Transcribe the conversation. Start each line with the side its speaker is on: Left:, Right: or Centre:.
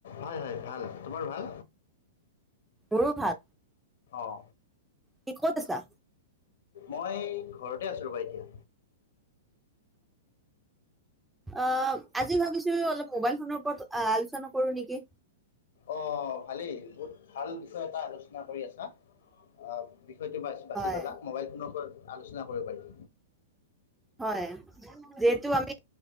Left: হয় হয়, ভাল তোমাৰ ভাল?
Centre: মোৰো ভাল।
Left: অঁ।
Centre: কি ক'ত আছা।
Left: মই ঘৰতে আছোঁ ৰ'বা এতিয়া।
Centre: অ, আজি ভাবিছো অলপ। মোবাইল ফোনৰ ওপৰত আলোচনা কৰো নেকি।
Left: অ, ভালেই বহুত ভাল বিষয় এটা আলোচনা কৰি আছা আহ। বিষয়টো মই বাছি
Centre: হয়।
Left: ল'লা মোবাইল ফোনৰ পৰা। আলোচনা কৰিব পাৰিম।
Centre: হয় যিহেতু আমি